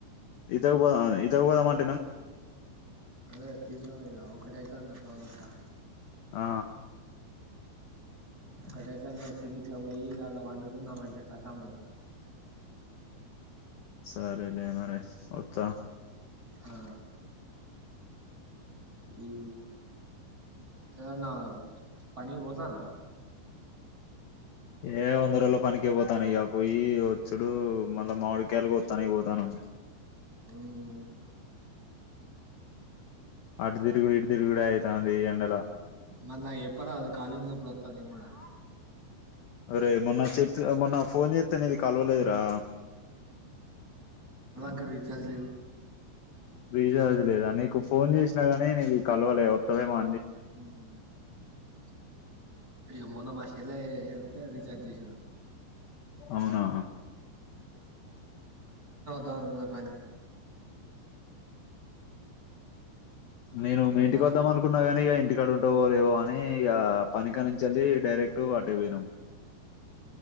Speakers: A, on the left (about 65°); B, on the right (about 20°).
A: ఈతక్ పోదాం ఈతకు పోదాం అం
B: అదే తిందాం ఇగ ఒకటైతాంది గా పావుతక్వా
A: ఆ
B: ఒకటైతాందిగ తిని ఇట్ల పోయి ఇగ అల్ల పండుకున్నాం అంతే ఖతమ్ ఇగ
A: సరే లే మరి వత్తా
B: ఆ ఈ ఎ నాగ పని పోదానా
A: ఏ వంద రలో పనినికిే పోతాను ఇక పోయి చుడు మళ్ళా మామిడికాయలుకి వస్తానికి పోతాను
B: మ్మ్
A: అడ్దిి కూడా ఇదిిరుగు కూడా అవుతే ఉంది లా
B: మ ఎపరా ఖాి ఉప్పుడు ని కూడా కూడా
A: అరే మొన్న చెప్ మొన్న ఫోన్ చేస్తాను ఇది కలవలేదురా
B: క్క రజల్ద
A: విజజ లేదా నీకు ఫోన్ చేసినా గానీ నీ కలవలే వత్తలే మా
B: హ అయ్యో మొన్న మాసలా ఎతే రీచార్జ్ చేస
A: అవునా
B: దానుకుంద పనికి
A: నేను
B: అవునా
A: ఇంటికి వద్దాం అనుకున్నా కాగానీ ఇక <inaudible> ో లే ఏవో అ పనికానించిల్లి డైరెక్ట్ వాటే పోయినాం